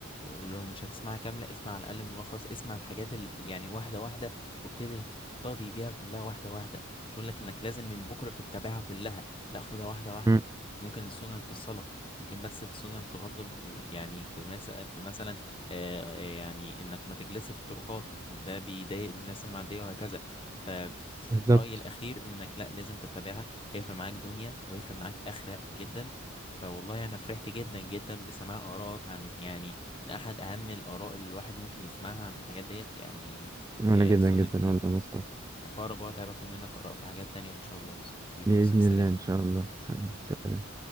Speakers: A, on the left; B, on the right.
A: ولو مش هتسمعها كاملة اسمع على الأقل ملخص اسمع الحاجات ال... يعني واحدة واحدة وابتدي تقتدي بيها كلها واحدة واحدة مش هقولك إنك لازم من بكرة بتتبعها كلها لا خدها واحدة واحدة
B: مم.
A: ممكن السنن في الصلاة ممكن بس في سنن في غض الب- يعني في مثلا في مثلا آه، يعني انك ما تجلس في الطرقات ده بيضايق الناس المعدية وهكذا ففي
B: بالظبط
A: رأيي الأخير انك لا لازم تتبعها هيفرق معاك دنيا وهيفرق معاك آخرة جدا فوالله انا فرحت جدا جدا بسماع آرائك عن يعني من أحد أهم الآراء اللي الواحد ممكن يسمعها عن الحاجات ديت يعني
B: وانا
A: آه،
B: جدا
A: سنة
B: جدا
A: النبي
B: والله يا
A: والله
B: مصطفى
A: فأقرب وقت هباخد منك آراء في حاجات تانية إن شاء الله يا يوسف حبيبي
B: بإذن
A: يا يوسف سلام
B: الله إن شاء الله
A: سلام
B: حبيبي سلام